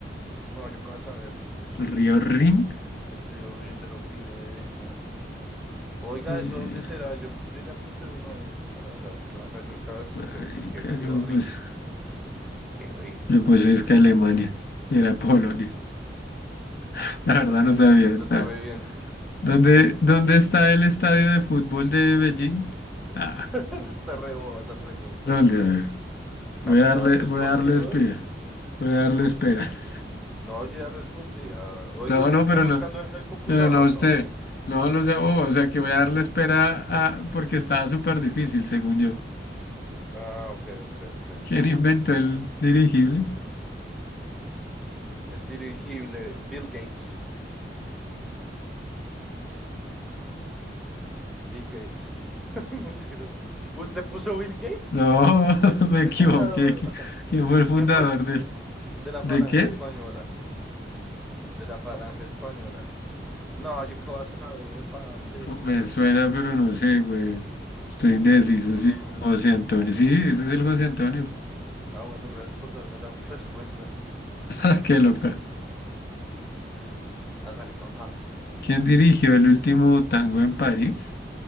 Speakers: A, in the centre; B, on the left (about 55°).
A: No, yo qué vas a ver.
B: río Rin,
A: El río Rin de los pibes de Malvina. Oiga,
B: eh,
A: ¿eso dónde será? Yo, yo ya puse uno ahí al azar. Yo ¿Qué vas a ver? Nunca lo escuché.
B: marica,
A: Dice que río
B: no,
A: Rin.
B: pues,
A: Dice que Rin.
B: yo pues es que Alemania y era Polonia. <laughs> La verdad no sabía,
A: Lo
B: está.
A: tuve bien.
B: ¿Dónde, dónde está el estadio de fútbol de Beijing? Ah,
A: <laughs> Está re boba esa pregunta.
B: ¿dónde? A ver,
A: Nah,
B: Voy a
A: pues
B: darle,
A: ya respondí,
B: voy a darle
A: bro.
B: espera. Voy a darle espera. <laughs>
A: No, yo ya respondí. Ah, oiga,
B: No,
A: usted
B: no,
A: está
B: pero
A: buscando
B: no,
A: en el computador,
B: pero no a usted.
A: ¿no?
B: No, no sé, oh, o sea que voy a darle espera a- porque estaba súper difícil, según yo.
A: Ah, ok, ok, ok.
B: ¿Quién inventó el dirigible?
A: El dirigible, Bill Gates. Bill Gates. <laughs> Mentiras. ¿Usted puso Bill Gates?
B: No, <laughs> me
A: <laughs>
B: equivoqué. ¿Qui- ¿Quién fue el fundador
A: ¿Quién fue el
B: de,
A: de la
B: de
A: falange
B: qué?
A: española? De la falange española. No, yo qué voy a saber, parche.
B: Fu- Me suena, pero no sé, güey. Estoy indeciso,
A: Mm,
B: sí. José Antonio. Sí, ese es el José Antonio.
A: ah, bueno, gracias por darme la <laughs> respuesta.
B: <laughs>
A: <laughs>
B: Qué loca.
A: Hágale, papá.
B: ¿Quién dirigió
A: ¿Quién?
B: el último tango en París?